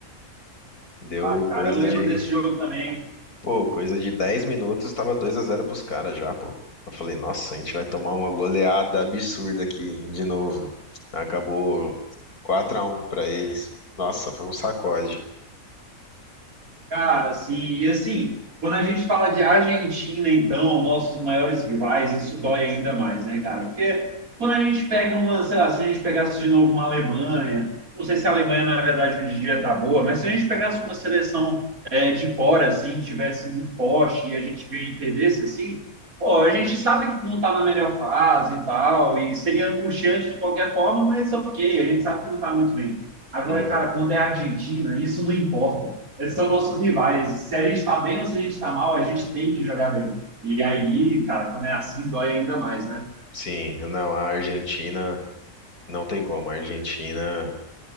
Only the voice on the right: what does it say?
Ah, cara,
eu lembro
desse jogo também.
Cara, assim, e assim, quando a gente fala de Argentina, então, nossos maiores rivais, isso dói ainda mais, né, cara? Porque quando a gente pega uma, sei lá, se a gente pegasse de novo uma Alemanha, não sei se a Alemanha, na verdade, hoje em dia tá boa, mas se a gente pegasse uma seleção é de fora, assim, tivesse muito forte e a gente ganha e perdesse, assim, pô, a gente sabe que não tá na melhor fase e tal, e seria angustiante de qualquer forma, mas ok, a gente sabe que não tá muito bem. Agora,
cara, quando é a Argentina, isso não importa. Esses são nossos rivais. Se a gente tá bem ou se a gente tá mal, a gente tem que jogar bem. E aí, cara, quando é assim, dói ainda mais, né?